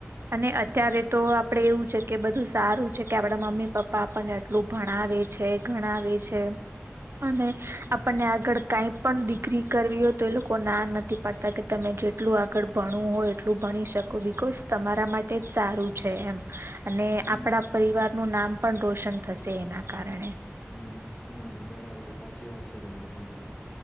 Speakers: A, on the right; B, on the left.
A: અને અત્યારે તો આપ પડે એવું છે કે બધું સારું છે કે આપડા મમ્મી પપ્પા આપણને એટલું ભણાવે છે, ગણાવે છ છે અને
B: હમ
A: આપણને આગળ કઈ પણ ડિગ્રી કરવી હો તો એ લોકો ના નથી પાડતા કે તમે જેટલું આગળ ભણું હો એટલું ભણી શકો બિકોઝ તમારા માટે જ સારું છે એમ. અને
B: હમ
A: આપણા પરિવાર નું નામ પણ રોશન થશે એના કારણે.
B: હમ્મ, હમ્મ બરાબર સાચી વાત છે બેન તમારી.